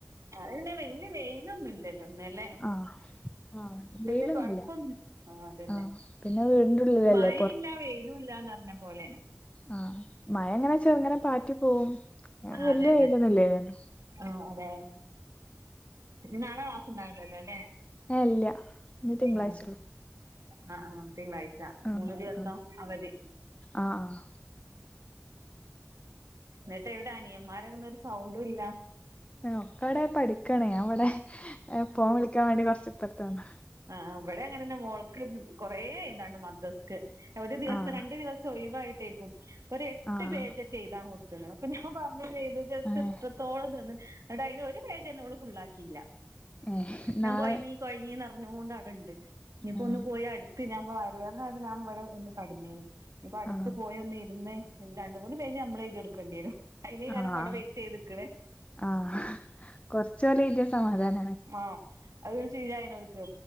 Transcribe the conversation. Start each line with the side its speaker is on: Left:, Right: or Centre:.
Right: അന്നെ വല്യ വെയിലൊന്നുംല്ലല്ലോ ല്ലേ
Left: ആഹ് ആഹ് വെയിലൊന്നുല്ല
Right: വല് കൊഴപ്പൊ ആ അതന്നെ
Left: ആഹ് പിന്നെ വീടിന്റെ ഉള്ളിലല്ലേ
Right: മഴയില്ല വെയിലും ഇല്ലന്ന് പറഞ്ഞ പോലെനെ
Left: ആ മഴ എങ്ങനെ ചെറുങ്ങനെ പാറ്റി പോവും
Right: ആ
Left: വല്യ
Right: അതെതെ
Left: വെയിലൊന്നും ഇല്ലായിരുന്നു
Right: ആ അതെ നാളെ ണ്ടാവലല്ലോ അല്ലെ
Left: ഏഹ് ഇല്ല ഇനി തിങ്കളാഴ്ചള്ളൂ
Right: ആ ആ ആ തിങ്കാഴ്ച
Left: ആഹ്
Right: മൂന്നു ദിവസം
Left: ആഹ്
Right: അവധി
Left: ആഹ്
Right: എന്നിട്ട് എവിടെ അനിയന്മാരങ്ങുന്ന ഒരു സൗണ്ടും ഇല്ല
Left: ഒക്ക അവിടെ പഠിക്കണേ അവിടെ പോവാൻ വിളിക്കാൻ വേണ്ടി കൊറച്ച് ഇപ്പറത്തന്നു
Right: ആ അവിടെ അങ്ങനെന്നെ മോളക്ക കൊറേ ഇതാണ്ണ്ട് മദ്സ്ഥ ഒരു ദിവസം
Left: ആഹ്
Right: രണ്ടു ദിവസം ഒഴിവായിട്ടേക്കും ഒരു എട്ട്
Left: ആഹ്
Right: പേജറ്റ് എഴുതാ കൊടുക്കുന്നത് അപ്പൊ ഞാൻ പറഞ്ഞു ചെയ്തത്ത്
Left: ഏഹ്
Right: ഇത്രത്തോളം തന്ന എന്നിട്ട് അന് ഒരു പേജ് എന്നെോള് ഫുള്ളാക്കിയില്ല
Left: ഏഹ്
Right: ഞാൻ
Left: നാളെ
Right: കൊഴങ്ങി കൊഴങ്ങി നിറഞ്ഞോണ്ട് അവിടെ ഇണ്ട് ഇനിയിപ്പോൊ
Left: ഏഹ്
Right: ഒന്ന് പോയി അടുത്ത് ഞാൻ വയറ്വേദനയപ്പോ ഞാൻ ഇവിടെ ഒന്ന് കടന്നേന് ഇപ്പ അടുത്ത്
Left: ആഹ്
Right: പോയ ഒന്ന് ഇരുന്ന് രണ്ട മൂന്ന് പേര് നമ്മളെ എഴുതി കൊടുക്കേണ്ടി വരും അനി
Left: ആഹ്
Right: കാനം പവിടെ വെയിറ്റ് ചെയ്ത് നിക്കണേ
Left: ആഹ് കൊറച്ചോല് എഴുതിയ സമാധാനാണ്
Right: ആഹ അതൊ ശരന